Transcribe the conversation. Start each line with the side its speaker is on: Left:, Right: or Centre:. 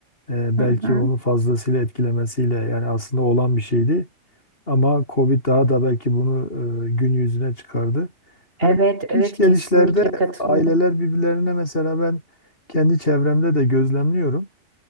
Left: e, belki
Right: Hı hı.
Left: onu fazlasıyla etkilemesiyle yani aslında olan bir şeydi. Ama Covid daha da belki bunu e, gün yüzüne çıkardı. Hani
Right: Evet, evet
Left: iş gelişlerde
Right: kesinlikle katılıyorum.
Left: aileler birbirlerine mesela ben kendi çevremde de gözlemliyorum.